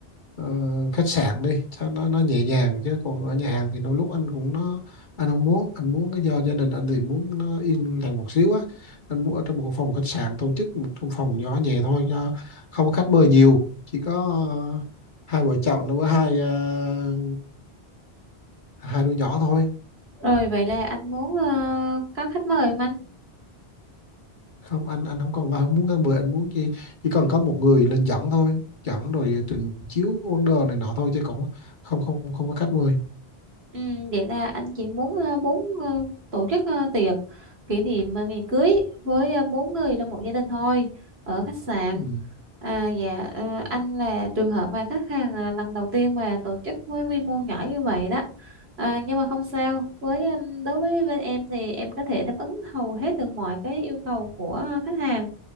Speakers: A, on the left (about 50°); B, on the right (about 75°).
A: ờ, khách sạn đi cho nó nó nhẹ nhàng chứ còn ở nhà hàng thì đôi lúc anh cũng nó anh không muốn anh muốn cái do gia đình anh thì muốn nó yên lặng một xíu á anh muốn ở trong một phòng khách sạn tổ chức một trong phòng nhỏ nhẹ thôi cho không có khách mời nhiều chỉ có ờ, hai vợ chồng nó với hai ờ, hai đứa nhỏ thôi
B: Rồi vậy là anh muốn ờ, có khách mời không anh?
A: không anh anh không còn anh không muốn cái mười anh muốn chỉ chỉ cần có một người lên dẫn thôi dẫn rồi trình chiếu vấn đề này nọ thôi chứ cũng không không không có khách mời
B: Ừ, vậy là anh chị muốn ờ, muốn ờ, tổ chức ờ, tiệc kỷ niệm ờ, ngày cưới với ờ, bốn người trong một gia đình thôi ở khách sạn.
A: ừ.
B: À, dạ ờ, anh là trường hợp mà khách hàng ờ, lần đầu tiên mà tổ chức với quy mô nhỏ như vậy đó. À, nhưng mà không sao. Với ừm, đối với bên em thì em có thể đáp ứng hầu hết được mọi cái yêu cầu của ờ, khách hàng.